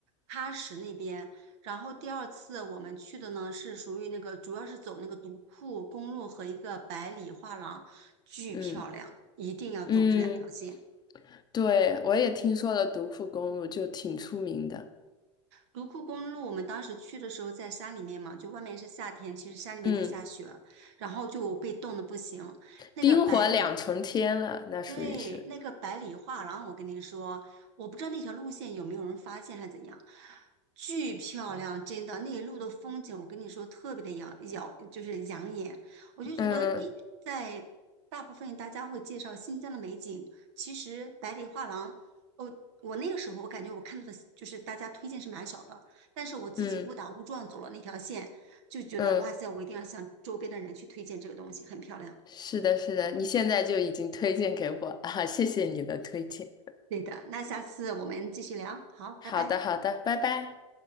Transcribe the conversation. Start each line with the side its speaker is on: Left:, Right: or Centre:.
Right: 喀什那边。然后第二次我们去的呢，是属于那个，主要是走那个独库公路和一个百里画廊，巨漂亮，
Left: 嗯
Right: 一定要走这两条线。
Left: 嗯，对，我也听说了独库公路，就挺出名的。
Right: 独库公路，我们当时去的时候在山里面嘛，就外面是夏天，其实山里面在下雪，
Left: 嗯。
Right: 然后就被冻得不行。那个百里，
Left: 冰火两重天了，那属于是，
Right: 对，那个百里画廊，我跟你说，我不知道那条路线有没有人发现还是怎样，巨漂亮，真的，那一路的风景，我跟你说特别的养养，就是养眼。我就觉得，
Left: 嗯
Right: 一在大部分大家会介绍新疆的美景，其实百里画廊哦，我那个时候我感觉我看到的就是大家推荐是蛮少的，但是我自己误打误撞走了那条线，
Left: 嗯嗯
Right: 就觉得哇塞，
Left: 嗯，
Right: 我一定要向周边的人去推荐这个东西，很漂亮。
Left: 是的，是的，你现在就已经推荐给我啊，谢谢你的推荐。
Right: 对的，那下次我们继续聊，好，
Left: 好的，
Right: 拜拜。
Left: 好的，拜拜。